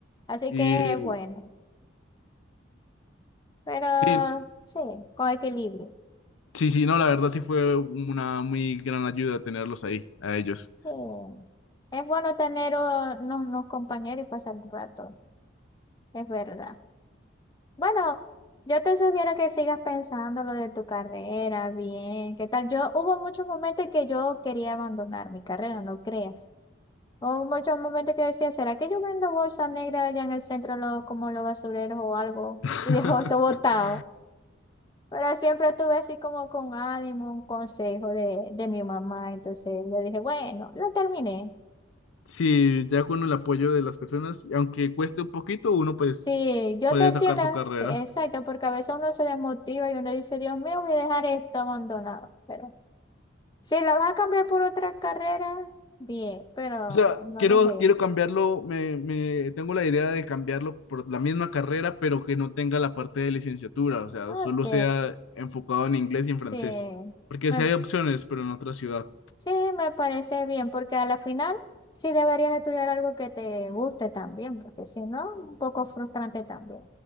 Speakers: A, on the left; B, on the left.
A: Así
B: Y
A: que es bueno, pero
B: sí,
A: sí, con equilibrio.
B: sí, sí, no, la verdad sí fue una muy gran ayuda tenerlos ahí, a ellos.
A: Sí. Es bueno tener uh, unos, unos compañeros y pasar el rato, es verdad. Bueno, yo te sugiero que sigas pensando lo de tu carrera, bien, ¿qué tal? Yo hubo muchos momentos que yo quería abandonar mi carrera, no creas. Hubo muchos momentos que decía, ¿será que yo vendo bolsa negra allá en el centro lo- como los basureros o algo?
B: <laughs>
A: <laughs> Y dejo esto botado. Pero siempre estuve así como con ánimo, un consejo de, de mi mamá. Entonces le dije, bueno, lo terminé.
B: Sí, ya con el apoyo de las personas, y aunque cueste un poquito, uno pues
A: Sí, yo
B: puede
A: te entiendo,
B: sacar su carrera.
A: sí, exacto, porque a veces uno se desmotiva y uno dice, Dios mío, voy a dejar esto abandonado. Pero Si la vas a cambiar por otra carrera, bien, pero
B: O sea,
A: no
B: quiero,
A: dejé.
B: quiero cambiarlo, me, me- tengo la idea de cambiarlo por la misma carrera, pero que no tenga la parte de licenciatura, o sea,
A: Ok,
B: solo sea enfocado en inglés y en
A: sí.
B: francés, porque
A: Me,
B: sí hay opciones, pero en otra ciudad.
A: sí, me parece bien, porque a la final sí deberías estudiar algo que te guste también, porque si no, un poco frustrante también.